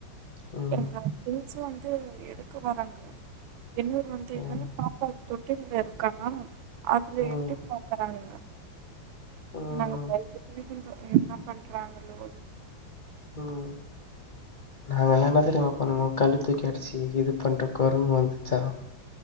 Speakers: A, on the left; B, on the right.
A: ம்
B: எங்க திங்ச வந்து எடுக்க வறங்க என்னரு வந்து
A: ம்
B: என்ன பாப்பா தொட்ட இருக்கானா அதுல
A: ம்
B: எட்டி பாக்குறாங்க
A: ம்
B: நாங்க பயந்துகிட்டே இருந்தோ என்ன பண்றாங்களோ
A: ம் நாங்க எல்லா என்ன தெரியுமா பண்ணனோ கல்ல தூக்கி அடிச்சு இது பண்ற கொரங்கு வந்துச்சா